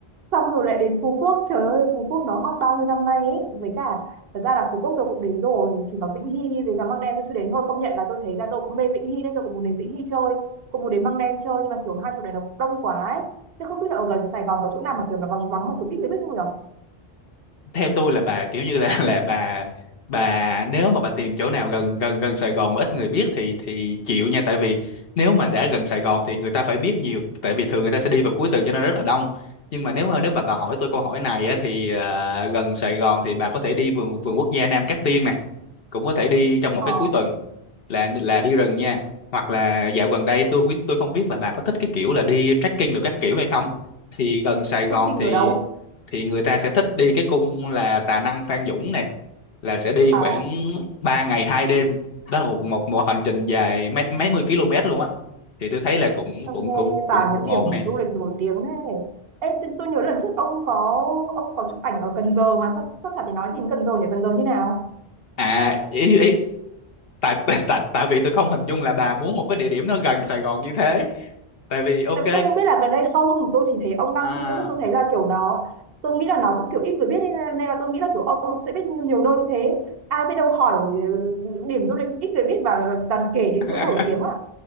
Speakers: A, on the right; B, on the left.
A: xong rồi lại đến Phú Quốc trời ơi Phú Quốc nó hot bao nhiêu năm nay ấy với cả thật ra là Phú Quốc tôi cũng đến rồi chỉ có Vĩnh Hy với cả Măng Đen tôi chưa đến thôi công nhận là tôi thấy là tôi cũng mê Vĩnh Hy nên tôi cũng muốn đến Vĩnh Hy chơi cũng muốn đến Măng Đen chơi nhưng mà kiểu hai chỗ này nó cũng đông quá ấy thế không biết là ở gần Sài Gòn có chỗ nào mà kiểu nó vắng vắng mà tôi biết người biết không nhỉ
B: theo tôi là bà kiểu như là <laughs> là bà bà nếu mà bà tìm chỗ nào gần gần gần Sài Gòn mà ít người biết thì thì chịu nha tại vì nếu mà đã gần Sài Gòn thì người ta phải biết nhiều tại vì thường người ta sẽ đi vào cuối tuần cho nên rất là đông nhưng mà nếu mà nếu bà bà hỏi tôi câu hỏi này á thì à, gần Sài Gòn thì bà có thể đi vườn vườn quốc gia Nam Cát Tiên này cũng có thể đi trong một
A: ờ,
B: cái cuối tuần là là đi rừng nha hoặc là dạo gần đây tôi không biết tôi không biết là bà có thích cái kiểu là đi trekking được các kiểu hay không thì gần Sài Gòn
A: trekking
B: thì
A: ở đâu
B: thì người ta sẽ thích đi cái cung là Tà Năng Phan Dũng này là sẽ đi
A: À,
B: khoảng ba ngày hai đêm đó là một một một hành trình dài mấy mấy mươi km luôn á thì tôi thấy là cũng
A: ông
B: cũng
A: nghe
B: cũng
A: toàn
B: cũng cũng
A: những điểm
B: ổn nè
A: du lịch nổi tiếng thế. Ê, tôi, tôi nhớ lần trước ông có ông có chụp ảnh ở Cần Giờ mà sắp sắp chả thì nói gì đến Cần Giờ nhỉ? Cần Giờ như nào?
B: à ý ý tại tại tại tại vì tôi không hình dung là bà muốn một cái địa điểm nó gần Sài Gòn như thế tại vì ok
A: Tại vì tôi không biết là gần đây không, tôi chỉ thấy ông đăng
B: à
A: trên Facebook tôi thấy là kiểu nó tôi nghĩ là nó cũng kiểu ít người biết nên, là- nên là tôi nghĩ là kiểu ông cũng sẽ biết nhiều nơi như thế. Ai biết đâu hỏi ừ, điểm du lịch ít người biết và toàn kể những
B: <laughs>
A: chỗ nổi tiếng à?